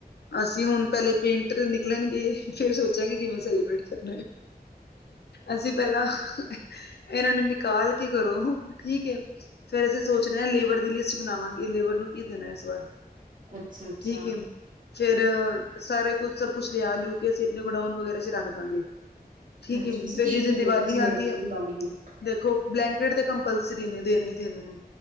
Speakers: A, on the left; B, on the right.
A: ਅਸੀਂ ਹੁਣ ਪਹਿਲੇ ਪੇਂਟਰ ਨਿਕਲਨਗੇ। ਫੇਰ ਸੋਚਾਂਗੇ ਕਿਵੇਂ ਸੈਲੀਬ੍ਰੇਟ ਕਰਨਾ ਏ, ਅਸੀਂ ਪਹਿਲਾਂ ਇਹਨਾਂ ਨੂੰ ਨਿਕਾਲ ਕੇ ਕਰੋ ਠੀਕ ਏ। ਫੇਰ ਅਸੀਂ ਸੋਚਨਾ ਏ ਲੇਬਰ ਦੀ ਲਿਸਟ ਬਨਾਵਾਂਗੇ ਲੇਬਰ ਨੂੰ ਕੀ ਦੇਨਾਂ ਇਸ ਵਾਰ
B: ਅੱਛਾ-ਅੱਛਾ,
A: ਠੀਕ ਏ। ਫੇਰ ਸਾਰੇ ਕੁਛ ਸਭ ਕੁਛ ਲਿਆ ਲਿਯ ਕੇ ਅਸੀਂ ਆਪਨੇ ਗੋਡਾਉਨ ਵਗੈਰਾ ਚ ਰੱਖ ਦਾਂਗੇ। ਠੀਕ
B: ਅੱਛਾ
A: ਏ
B: ਤੁਸੀਂ
A: ਫੇਰ
B: ਕੀ
A: ਜਿਸ
B: ਦਿੰਦੇ
A: ਦਿਨ ਦੀਵਾਲੀ
B: ਹੋ ਤੁਸੀਂ ਲੇਬਰ
A: ਆਂਦੀ
B: ਨੂੰ
A: ਹੈ
B: ਦੀਵਾਲੀ ਗਿਫਟ?
A: ਦੇਖੋ ਬਲੈਂਕੇਟ ਤੇ ਕੰਪੱਲਸਰੀ ਨੇ ਦੇਣੇ। ਤੇ ਮਮ